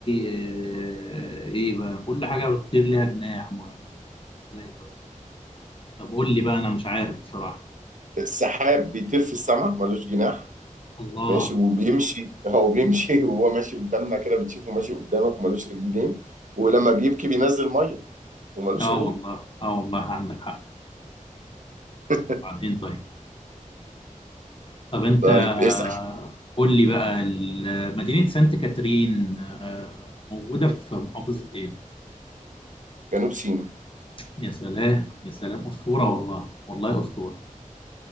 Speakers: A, on the left; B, on the right.
A: إيه, ايه بقى كل حاجه بتطير ليها جناح ما- ازاي طيب طب قول لي بقى انا مش عارف بصراحه
B: السحاب بيطير في السماء ملوش جناح
A: الله
B: ماشي وبيمشي هو بيمشي <laughs> وهو ماشي قدامنا كده بتشوفه ماشي قدامك ملوش رجلين ولما بيبكي بينزل ميه وملوش
A: اه
B: عينين
A: والله اه والله عندك حق
B: <laughs>
A: بعدين طيب طب انت
B: طيب
A: آه،
B: اسأل
A: قول لي بقى ال- مدينه سانت كاترين آه، موجوده في محافظه ايه
B: جنوب سيناء
A: يا سلام يا سلام اسطوره والله والله اسطوره